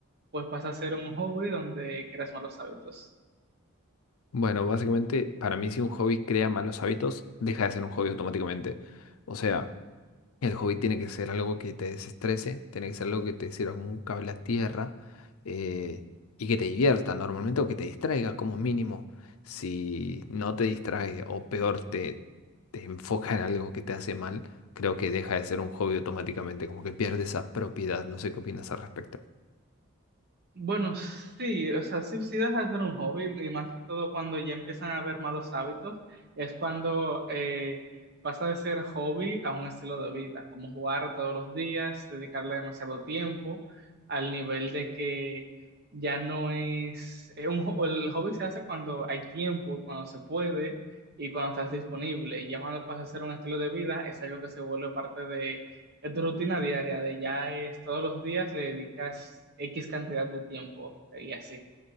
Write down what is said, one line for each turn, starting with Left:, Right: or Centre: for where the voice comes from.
Right: pues pasa a ser un hobby donde creas malos hábitos.
Left: Bueno, básicamente para mí si un hobby crea malos hábitos, deja de ser un hobby automáticamente. O sea... El hobby tiene que ser algo que te desestrese, tiene que ser algo que te sirva como un cable a tierra eh, y que te divierta normalmente o que te distraiga como mínimo. Si no te distrae o peor te, te <laughs> enfoca en algo que te hace mal, creo que deja de ser un hobby automáticamente, como que pierde esa propiedad. No sé qué opinas al respecto.
Right: Bueno, sí, o sea, sí, sí deja de ser un hobby y más que todo cuando ya empiezan a haber malos hábitos, es cuando eh, pasa de ser hobby a un estilo de vida, como jugar todos los días, dedicarle demasiado tiempo al nivel de que ya no es, es un, ho- el hobby se hace cuando hay tiempo, cuando se puede y cuando estás disponible. Ya cuando pasa a ser un estilo de vida, es algo que se vuelve parte es tu rutina diaria, de ya es todos los días le dedicas X cantidad de tiempo y así.